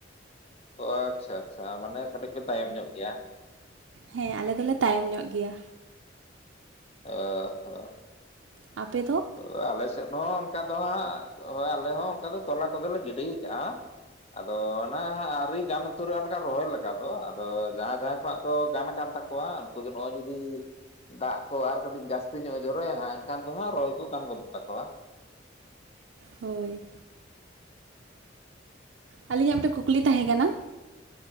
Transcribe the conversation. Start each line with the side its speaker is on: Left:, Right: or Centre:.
Left: ᱚ ᱟᱪᱪᱷᱟ ᱟᱪᱪᱷᱟ ᱢᱟᱱᱮ ᱠᱟᱴᱤᱡ ᱯᱮ ᱛᱟᱭᱚᱢ ᱧᱚᱜ ᱜᱮᱭᱟ᱾
Right: ᱦᱮᱸ ᱟᱞᱮ ᱫᱚᱞᱮ ᱛᱟᱭᱚᱢ ᱧᱚᱜ ᱜᱮᱭᱟ᱾
Left: ᱚ᱾ ᱦᱚ᱾
Right: ᱟᱯᱮ ᱫᱚ?
Left: ᱛᱚ ᱟᱞᱮ ᱥᱮᱫ ᱦᱚᱸ ᱚᱱᱠᱟ ᱫᱚ ᱦᱟᱸᱜ ᱦᱳᱭ ᱟᱞᱮ ᱦᱚᱸ ᱚᱱᱠᱟ ᱫᱚ ᱛᱚᱞᱟ ᱠᱚᱫᱚᱞᱮ ᱜᱤᱰᱤ ᱠᱟᱜ-ᱟ᱾ ᱟᱫᱚ ᱚᱱᱟ ᱦᱟᱸᱜ ᱟᱹᱣᱨᱤ ᱜᱟᱱ ᱩᱛᱟᱹᱨᱚᱜ-ᱟ ᱚᱱᱠᱟ ᱨᱚᱦᱚᱭ ᱞᱮᱠᱟ ᱫᱚ ᱟᱫᱚ ᱡᱟᱦᱟᱸᱭ ᱡᱟᱦᱟᱸᱭ ᱠᱚᱣᱟᱜ ᱫᱚ ᱜᱟᱱ ᱠᱟᱱ ᱛᱟ ᱠᱚᱣᱟ ᱩᱱᱠᱩ ᱫᱚ ᱱᱚᱜ-ᱚᱭ ᱡᱩᱫᱤ ᱫᱟᱜ ᱠᱚ ᱟᱨ ᱠᱟᱴᱤᱡ ᱡᱟᱥᱛᱤ ᱧᱚᱜ-ᱮ ᱡᱚᱨᱚᱭᱟ ᱦᱟᱸᱜ ᱮᱱᱠᱷᱟᱱ ᱫᱚ ᱦᱟᱸᱜ ᱨᱚᱦᱚᱭ ᱫᱚ ᱜᱟᱱ ᱜᱚᱫᱚᱜ ᱛᱟᱠᱚᱣᱟ᱾
Right: ᱦᱳᱭ᱾ ᱟᱞᱤᱧᱟᱜ ᱢᱤᱫᱴᱮᱡ ᱠᱩᱠᱞᱤ ᱛᱟᱦᱮᱸ ᱠᱟᱱᱟ᱾